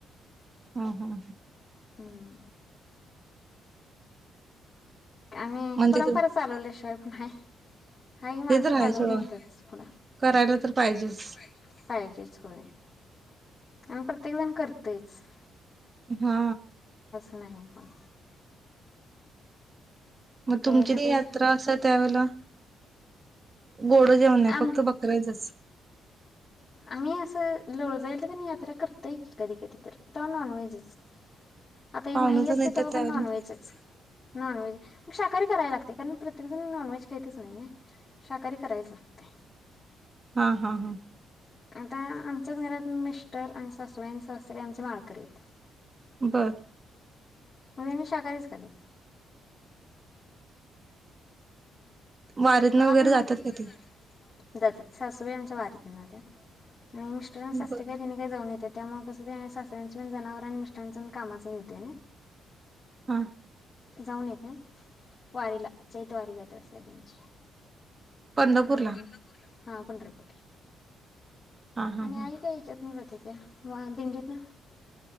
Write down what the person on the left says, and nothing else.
हम. आणि
परंपरा
चालवल्या शिवाय नाही. हाय ही माणसं
चालवत
नेहत्यात पुढं ते
तर तर हायचं सोडं, करायला तर पाहिजेच पाहिजे. होय, आणि प्रत्येक जण करतयचं.
नाही होतं.
शेवटी
आम
आम्ही असं लोळजाईला तेन यात्रा करतोय, की कधी कधी तर तेव्हा नॉनव्हेजचं. आता ही
माही
असते,
तेव्हा
पण नॉनव्हेजचं. नॉनव्हेज मग शाकाहारी करायला लागतंय, कारण प्रत्येकजण नॉनव्हेज खाईतचं नाही ना शाकाहारी करायच लागतंयं.
आता आमच्याच घरात मिस्टर आणि सासूबाई आणि सासरे आमचे माळकरी हाईत.
मग हेनी शाकाहारीच खात्यांत.
मला
पण मट
जातात. सासूबाई आमच्या वारीतून जातात. आणि मिस्टर आणि. सासरे
काय तेनी काय जाऊन येत्यात. त्या मग सासऱ्यांच पण जनावर आणि. मिस्टरांच पण कामाच हे होते.
जाऊन येते. वारीला चैत वारी करत असते त्यांची.
आणि
हां पंढरपूरला.
आणि
आई काय याच्यातन जात्याता दिंडीत. ह.